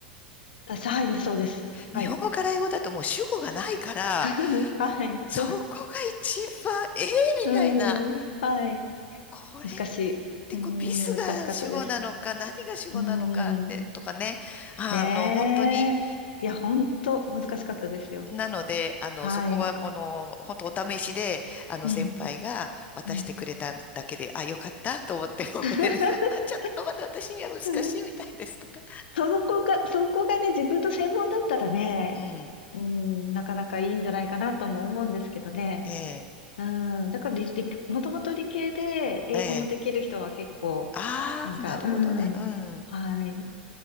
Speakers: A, on the left (about 75°); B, on the left (about 30°).
A: 私、はい、そうです。
B: 日本語から英語だともう主語がないから、
A: はい。<laughs> はい、
B: そこが一番、
A: そう。<laughs>
B: ええみたいな、
A: うん、はい。
B: これっ
A: 難しい。
B: てこうビスが主語なのか、
A: うーん、難しかったです。
B: 何が主語なのかって、
A: うーん。
B: とかね、ああの、
A: ねえ。
B: 本当に、
A: いや、ほんと難しかったですよ。
B: なので、あの、
A: はい。
B: そこはこの、本当お試しで、あの、
A: うん。
B: 先輩が渡してくれただけで、
A: うん。
B: あ、よかったと思って、<laughs> もうこれで、
A: <laughs>
B: <laughs> あちょっとまだ私には難しいみたいですとか。
A: うんそこが、そこがね、自分の専門だったらね、
B: うん。
A: うん、なかなかいいんじゃないかなとも思うんですけどね。
B: ええ、
A: うん、だから理、理もともと理系で英語もできる人は結構、
B: ええ。ああ、
A: なんか、
B: なるほどね。
A: うん、
B: うん。
A: はい、み